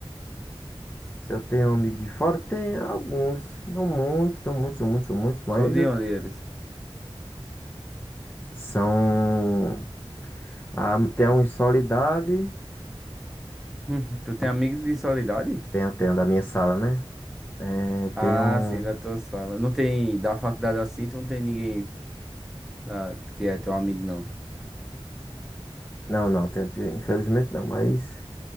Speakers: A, on the left (about 20°); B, in the centre.
A: Se eu tenho amigos de fora, tem alguns, não muitos, não muitos, são muitos, são muitos, mas
B: São de
A: eu-
B: onde eles?
A: são. Ah, tem uns de solidade,
B: <laughs> Tu tem amigos de Soledade?
A: tem, tem um da minha sala, né? É,
B: Ah,
A: tem um.
B: sim, da tua sala. Não tem, da faculdade assim, tu não tem ninguém da- que é teu amigo, não.
A: Não, não, tem, infelizmente não, mas